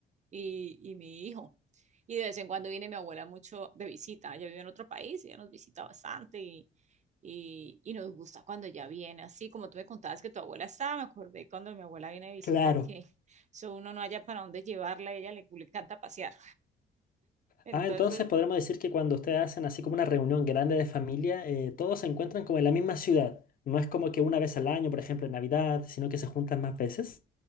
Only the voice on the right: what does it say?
y, y mi hijo. Y de vez en cuando viene mi abuela mucho de visita. Ella vive en otro país, ella nos visita bastante y, y, y nos gusta cuando ella viene. Así como tú me contabas que tu abuela estaba, me acordé cuando mi abuela viene de visita
que <laughs> eso uno no haya para dónde llevarla, a ella le, le encanta pasear. Entonces,